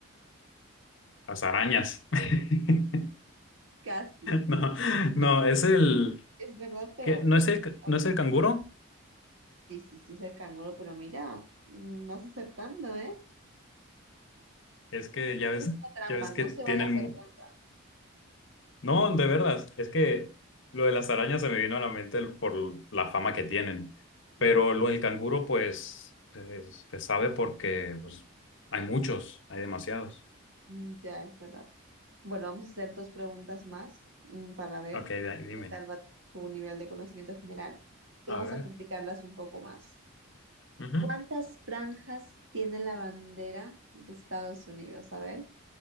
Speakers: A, on the left; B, on the right.
A: Las arañas. <laughs>
B: Casi,
A: No, no,
B: casi.
A: es el
B: Es verdad, pero
A: que no es el
B: otro.
A: no es el canguro,
B: Sí, sí, sí, es el canguro, pero mira, mm, vas acertando, ¿eh?
A: es que ya
B: Eso
A: ves,
B: es una trampa,
A: ya ves
B: no
A: que tienen
B: se vale hacer
A: mu-
B: trampa.
A: No, de verdad, es que lo de las arañas se me vino a la mente por la fama que tienen,
B: Bu-
A: pero lo del canguro pues se, se sabe porque pues hay muchos, hay demasiados.
B: mm, ya, es verdad. Bueno, vamos a hacer dos preguntas más mm, para ver
A: Ok, de- dime.
B: qué tal va tu nivel de conocimiento general. Y
A: A
B: vamos
A: ver,
B: a complicarlas un poco más.
A: ujú.
B: ¿Cuántas franjas tiene la bandera de Estados Unidos? A ver.